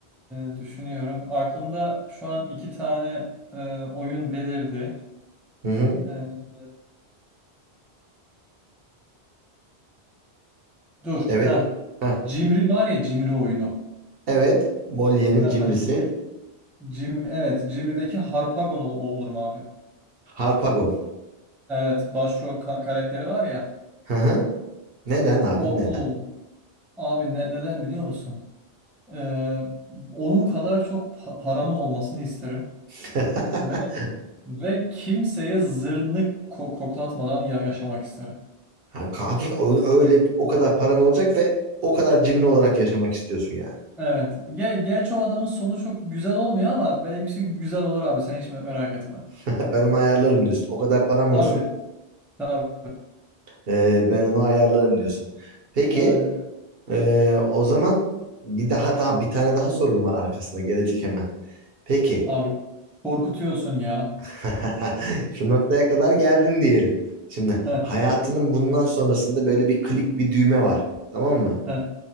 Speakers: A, in the centre; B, on the right.
A: E, düşünüyorum. Aklımda şu an iki tane e, oyun belirdi.
B: Hı hı.
A: E, e, dur.
B: Evet.
A: Ha.
B: Heh.
A: Cimri var ya cimri oyunu.
B: Evet. Molière'in
A: Ha,
B: cimrisi.
A: Jim, Jim, evet Jimmy'deki Harpagon ol- o olur mu abi?
B: Harpagon.
A: Evet başrol ka- karakteri var ya
B: Hı hı. Neden
A: Eh,
B: abi
A: o, o
B: neden?
A: olur. Abi ne- neden biliyor musun? Ee, onun kadar çok pa- paramın olmasını isterim.
B: <laughs>
A: Ve, ve kimseye zırnık ko- koklatmadan ya- yaşamak isterim.
B: Ha, hakik- ö- öyle o kadar paran olacak ve o kadar cimri olarak yaşamak istiyorsun yani.
A: Evet. Gel gerçi o adamın sonu çok güzel olmuyor ama benimkisi güzel olur abi. Sen hiç me- merak etme.
B: <laughs> Ben onu ayarlarım diyorsun. O kadar param
A: Tabii.
B: olsun.
A: Tabii.
B: e, ben onu ayarlarım diyorsun. Peki
A: Aynen.
B: e, o zaman bir daha daha bir tane daha sorun var arkasında gelecek hemen. Peki
A: Abi korkutuyorsun ya.
B: <laughs> Şu noktaya kadar geldin diyelim. Şimdi
A: Heh,
B: hayatının bundan sonrasında böyle bir klik bir düğme var. Tamam mı?
A: heh,